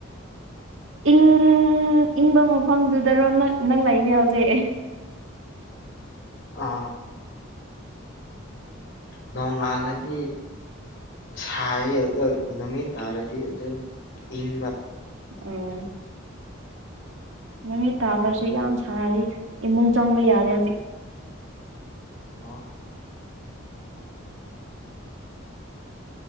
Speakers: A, on the right; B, on the left.
A: ꯏꯪ ꯏꯪꯕ ꯃꯐꯝꯗꯨꯗꯔꯣ ꯅꯣꯏ ꯅꯪ ꯂꯩꯔꯤꯁꯦ ꯍꯧꯖꯤꯛ
B: ꯑ ꯅꯣꯡꯉꯥꯜꯂꯗꯤ ꯁꯥꯏꯌꯦ ꯑꯗ ꯅꯨꯃꯤꯠ ꯇꯥꯔꯗꯤ ꯑꯗꯨꯝ ꯏꯪꯕ
A: ꯎꯝ ꯅꯨꯃꯤꯠ ꯇꯥꯈ꯭ꯔꯁꯨ ꯌꯥꯝ ꯁꯥꯔꯤ ꯏꯃꯨꯡ ꯆꯪꯕ ꯌꯥꯗꯦ ꯍꯧꯖꯤꯛ
B: ꯑꯣ